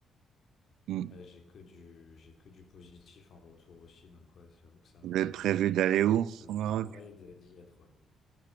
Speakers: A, on the right; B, on the left.
A: Hmm.
B: Ouais, j'ai que du, j'ai que du positif en retour aussi, donc ouais, j'avoue que ça me,
A: Vous avez prévu d'aller où
B: ça me
A: au Maroc?
B: travaille de- d'y être. ouais.